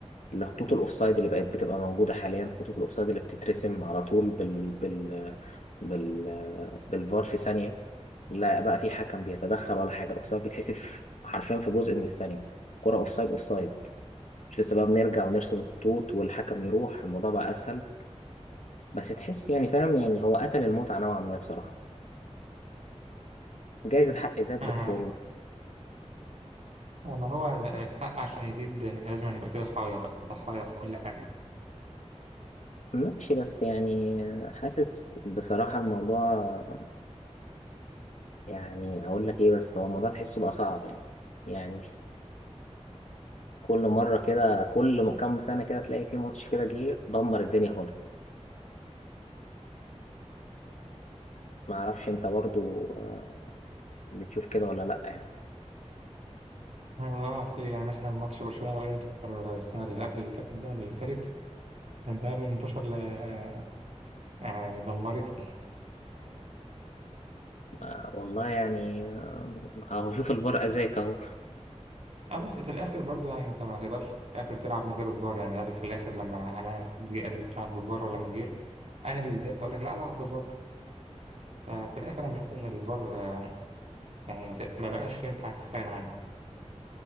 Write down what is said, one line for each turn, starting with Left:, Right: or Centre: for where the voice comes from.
Left: لخطوط الاوفسايد اللي بقت بتبقى موجوده حاليا خطوط الاوفسايد اللي بتترسم على طول بال... بال... بال... بالفار في ثانيه لا بقى في حكم بيتدخل ولا حاجه الاوفسايد بيتحسب في- حرفيا في جزء من الثانيه كرة اوفسايد اوفسايد مش لسه بقى بنرجع ونرسم خطوط والحكم يروح الموضوع بقى اسهل بس تحس يعني فاهم يعني هو قتل المتعه نوعا ما بصراحه جايز الحق زاد
Right: انا
Left: بس
Right: ما هو ال- الحق عشان يزيد لازم هيبقى فيه ضحايا بقى ضحايا في كل حاجة
Left: ماشي بس يعني حاسس بصراحة الموضوع يعني هقول لك ايه بس هو الموضوع تحسه بقى صعب يعني يعني كل مرة كده كل م- كام سنة كده تلاقي في ماتش كده جه دمر الدنيا خالص ما اعرفش انت برضو آه، بتشوف كده ولا لا يعني
Right: اه في يعني مثلا ماتش برشلونة والانتر السنة اللي قبل اللي فاتت ده ولا اللي فاتت كان ده من المنتشر اللي آه، يعني دمرتني
Left: آه، والله يعني آه، اهو شوف الفار اذاك اهو
Right: اه بس في الاخر برضو يعني انت ما تقدرش في الاخر تلعب من غير الفار يعني قال في الاخر لما قال- انا حد جه قال لي تلعب بفار ولا من غير انا بالذات اقول لك لا العب بفار ففي الآخر أنا بشوف إن الفار آه، يعني ما ما بقاش ينفع تستغنى عنه